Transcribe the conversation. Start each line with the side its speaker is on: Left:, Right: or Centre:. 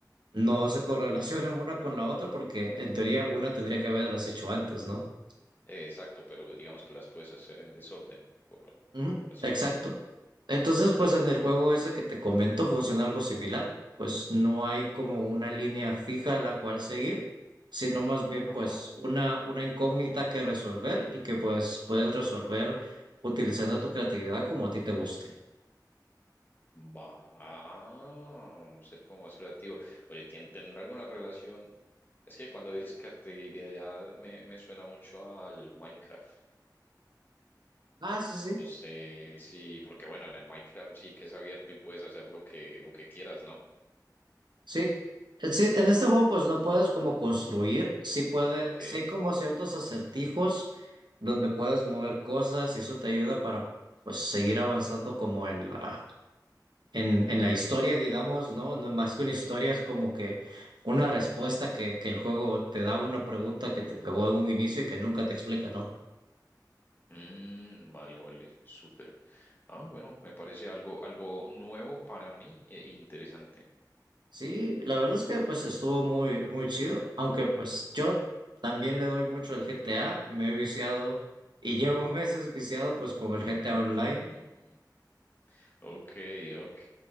Right: no se correlacionan una con la otra porque en teoría una tendría que haberlas hecho antes, ¿no?
Left: exacto, pero digamos que las puedes hacer en desorden, por,
Right: Ujú,
Left: por así
Right: Exacto.
Left: decirlo.
Right: Entonces, pues en el juego ese que te comento funciona algo similar. Pues no hay como una línea fija a la cual seguir, sino más bien
Left: Ajá,
Right: pues una, una incógnita que resolver y que pues puedes resolver utilizando tu creatividad como a ti te guste.
Left: va a ser como más creativo. Oye, ¿tien- ¿tendrá alguna relación? Es que cuando dices creatividad me, me suena mucho al Minecraft.
Right: Ah, sí, sí.
Left: No sé si, porque bueno, en el Minecraft sí que es abierto y puedes hacer lo que, lo que quieras, ¿no?
Right: Sí. Eh, Sí, en este juego pues no puedes como construir, sí puede,
Left: Ok.
Right: sí hay como ciertos acertijos donde puedes mover cosas y eso te ayuda para pues seguir avanzando como en la en, en la historia, digamos, ¿no? No, más que una historia es como que una respuesta que, que el juego te da a una pregunta que te pegó en un inicio y que nunca te explica, ¿no?
Left: Mm, vale, vale, súper. Ah, bueno, me parece algo, algo nuevo para mí e e interesante.
Right: Sí, la verdad es que pues estuvo muy, muy chido, aunque pues yo también le doy mucho al GTA, me he viciado y llevo meses viciado pues con
Left: Mm,
Right: el GTA Online.
Left: ok, ok,